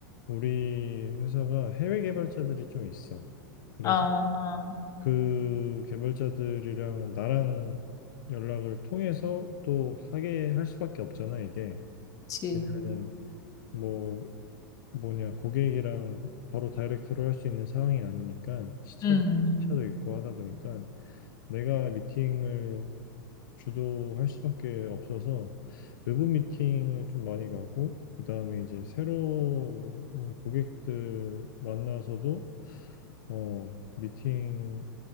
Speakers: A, on the left; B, on the left.
A: 우리 회사가 해외 개발자들이 좀 있어. 그래서
B: 아,
A: 그 개발자들이랑 나랑 연락을 통해서 또 하게 할 수밖에 없잖아 이게.
B: 그치.
A: 그러면은 뭐 뭐냐 고객이랑 바로 다이렉트로 할 수 있는 상황이 아니니까 시차도
B: 음,
A: 시차도 있고 하다 보니까 내가 미팅을 주도할 수밖에 없어서 외부 미팅을 좀 많이 가고 그다음에 이제 새로운 고객들 만나서도 어 미팅을